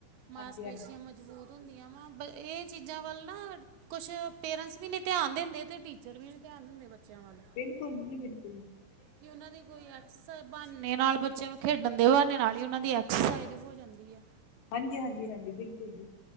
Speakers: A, on the right (about 80°); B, on the left (about 80°).
A: ਮਾਸਪੇਸ਼ੀਆਂ
B: ਹਾਂਜੀ ਹਾਂਜੀ
A: ਮਜ਼ ਮਜ਼ਬੂਤ ਹੁੰਦੀਆਂ ਵਾ, ਬ ਏ ਚੀਜ਼ਾਂ ਵੱਲ ਨਾ ਕੁਛ ਪੇਰੈਂਟਸ ਵੀ ਨਹੀਂ ਧਿਆਨ ਦਿੰਦੇ ਤੇ ਟੀਚਰ ਵੀ ਧਿਆਨ ਦਿੰਦੇ ਬੱਚਿਆਂ ਵੱਲ।
B: ਬਿਲਕੁਲ ਵੀ ਨੀ ਦਿੰਦੇ।
A: ਕਿ ਉਨ੍ਹਾਂ ਦੀ ਕੋਈ ਐਕ ਇਸ ਬਹਾਨੇ ਨਾਲ ਬੱਚਿਆਂ ਨੂੰ ਖੇਡਣ ਦਿਓ, ਨਾਲੇ ਉਹਨਾਂ ਦੀ ਐਕਸਰਸਾਈਜ਼ ਹੋ ਜਾਂਦੀ ਐ।
B: ਹਾਂਜੀ ਹਾਂਜੀ, ਹਾਂਜੀ ਬਿਲਕੁਲ ਜੀ।